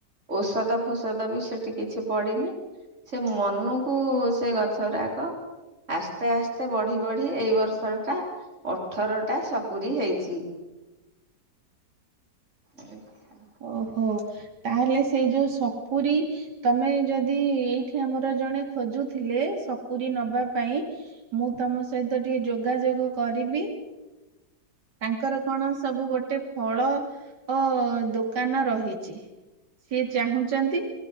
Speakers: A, on the right (about 40°); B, on the right (about 75°).
A: ଔଷଧ ଫୋଷଦ ବି ସେଠି କିଛି ପଡିିନି। ସେ ମନକୁ ସେ ଗଛ ଗୁରାକ ଆସ୍ତେ ଆସ୍ତେ ବଢ଼ି ବଢ଼ି ଏଇ ବର୍ଷ ଟା ଅଠର ଟା ସପରୀ ହେଇଚି। ଆଚ୍ଛା।
B: ଓହୋ ତାହେଲେ ସେଇ ଯୋଉ ସପୁରୀ ତମେ ଯଦି ଏଇଠି ଆମର ଜଣେ ଖୋଜୁଥିଲେ ସପୁରୀ ନବା ପାଇଁ ମୁଁ ତମ ସହିତ ଟିକେ ଯୋଗାଯୋଗ କରିବି। ତାଙ୍କର କଣ ସବୁ ଗୋଟେ ଫଳ ଅ ଦୋ ଦୋକାନ ରହିଚି ସିଏ ଚାହୁଁଚନ୍ତି